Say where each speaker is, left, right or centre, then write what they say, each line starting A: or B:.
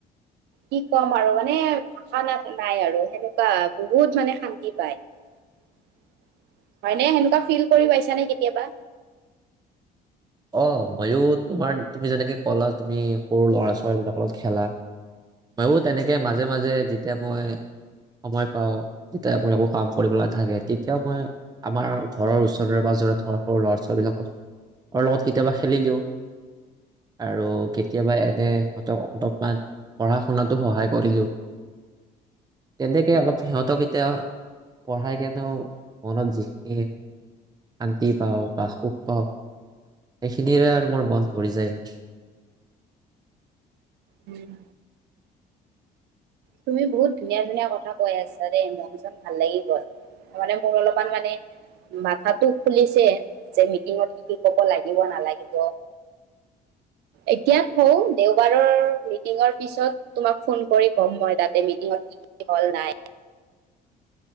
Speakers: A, on the right; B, on the right.
A: কি কম আৰু মানে ভাষাা নাই আৰু সেনেকুৱা বহুত মানে শান্তি পায় হয়নে সেনেকুৱা ফিল কৰি পাইছা নে কেতিয়াবা?
B: অ মইয়ো তোমাৰ তুমি যেনেকে কলা তুমি সৰু ল'ৰা ছোৱালীবিলাকৰ লগত খেলা মইো তেনেকে মাজে মাজে যেতিয়া মই সময় পাওঁ যেতিয়া মোৰ একো কাম কৰিবলৈা থাকে তেতিয়াও মই আমাৰ ঘৰৰ ওচৰৰে পাজৰে থকা সৰু ল'ৰা ছোৱালীবিলাকক। লগত কেতিয়াবা খেলি দিওঁ আৰু কেতিয়াবা এনে সিহঁতক অলপমান পঢ়া শুনাতো সহায় কৰি দিওঁ তেনেকে অলপ সিহঁতক এতিয়া পঢ়াই কেনেও মনত যিখিনি শান্তি পাওঁ বা সুখ পাওঁ। এইখিনিৰে আৰু মোৰ মন পৰি যায়।
A: উম। তুমি বহুত ধুনীয়া ধুনীয়া কথা কৈ আছা দেই মন চন ভাল লাগি গল, তাৰ মানে মোৰ অলপমান মানে মাথাটো খুলিছে যে মিটিঙত কি কি কব লাগিব নালাগিব। এতিয়া থও দেওবাৰৰ মিটিঙৰ পিছত তোমাক ফোন কৰিম। কম মই তাতে কি কি মিটিংল হল নাই।